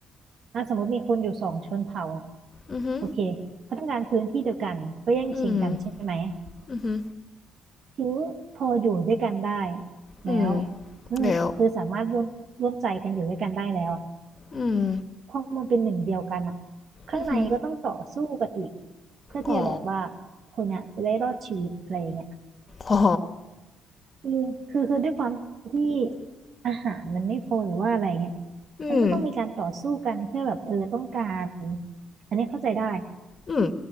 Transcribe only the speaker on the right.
อ่ะสมมติมีคนอยู่สองชนเผ่าอ่ะ
โอเคเขาต้องการพื้นที่เดียวกันก็แย่งชิงกันใช่ไหม
ทีนี้พออยู่ด้วยกันได้แล้ว
คือคือสามารถร่วมร่วมใจกันอยู่ด้วยกันได้แล้วอะ
พอมันเป็นหนึ่งเดียวกันอ่ะข้างในก็ต้องต่อสู้กันอีก
เพื่อที่จะแบบว่า
คนเนี้ยจะได้รอดชีวิตอะไรอย่างเงี้ย
คือคือคือด้วยความที่อาหารมันไม่พอหรือว่าอะไรเงี้ย
มันก็ต้องมีการต่อสู้กันเพื่อแบบเออต้องการอันนี้เข้าใจได้